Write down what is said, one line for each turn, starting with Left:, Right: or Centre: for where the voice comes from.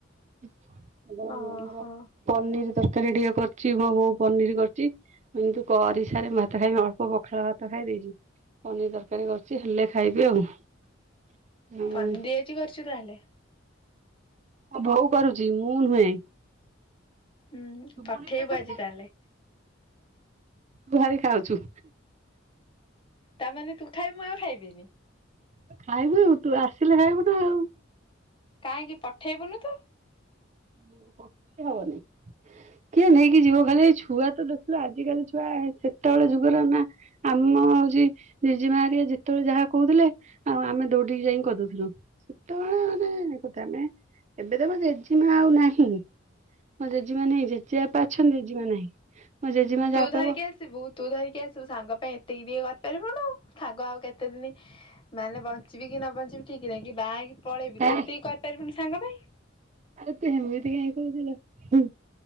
Right: ଆଚ୍ଛା। କେବଳ ମୁଁ
Left: ଓହୋ
Right: ଆମର ପନିର୍ ତର କାରୀ ଟିକେ କରିଚି ମୋ ବୋଉ ପନିର୍ କରିଚି, ମୁଁ କିନ୍ତୁ କରି ସାରି ଭାତ ଖାଇମି ଅଳ୍ପ ପଖାଳ ଭାତ ଖାଇ ଦେଇଚି, ପନିର୍ ତରକାରୀ କରିଚି, ହେଲେ ଖାଇବି ଆଉ। ଆଉ
Left: ଫଣ୍ଡି
Right: ମୋ
Left: ଆଜି କରଚୁ ତାହେଲେ।
Right: ମୋ ବୋଉ କରୁଚି, ମୁଁ ନୁହେଁ।
Left: ହୁଁ
Right: ଶୁଭୁନି
Left: ପଠେଇବୁ
Right: କିଲୋ ତତେ
Left: ଆଜି ତାହେଲେ।
Right: ଭାରି ଖାଉଚୁ।
Left: ତା ମାନେ ତୁ ଖାଇବୁ ମୁଁ ଆଉ ଖାଇବି ନି।
Right: ତୁ ଖାଇବୁ ଆଉ ତୁ ଆସିଲେ ଖାଇବୁ ନା ଆଉ।
Left: କାଇଁକି ପଠେଇ ବୁନୁ ତୁ?
Right: ଇଏ ପଠା ହବନି, କିଏ ନେଇକି ଯିବ ଖାଲି ଏ ଛୁଆ ତ ଦେଖିଲୁ ଆଜିିକାଲି ଛୁଆ ସେତେବେଳେ ଯୁଗର ନା ଆମ ହଉଚି ଜେଜେମାା ହେରିଆ ଯେତେବେଳେ ଯାହା କହୁଥିଲେ ଆଉ ଆମେ ଦୌଡିକି ଯାଇକି କରିଦଉଥୁଲୁ, ସେତେବେଳେ ମାନ କଥା ଆମେ ଏବେ ତ ମୋ ଜେଜେମା ଆଉ ନାହିଁ ମୋ ଜେଜେମା ନାହିଁ ଜେଜେବାପା ଅଛନ୍ତି ଜେଜେମା ନାହିଁ। ମୋ ଜେଜେମା ଯାହା
Left: ତୁ
Right: କହିବ
Left: ଧରିକି ଆସିବୁ, ତୁ ଧରିକି ଆସିବୁ, ସାଙ୍ଗ ପାଇଁ ଏତିକି ଦି କର କରିବୁନୁ ସାଙ୍ଗ ଆଉ କେତେ ଦିନି ମାନେ ବଞ୍ଚିବି କି ନ ବଞ୍ଚିବି ଠିକ ନାଇଁ କି ବାହା ହେଇକି ପଳେଇବି
Right: ହେ
Left: ତୁ ଏତିକି କରିପାରିବୁନି ସାଙ୍ଗ ପାଇଁ।
Right: ଆରେ ତୁ ହେମିତି କାଇଁକି କହୁଚୁ ଲୋ ହୁଁ,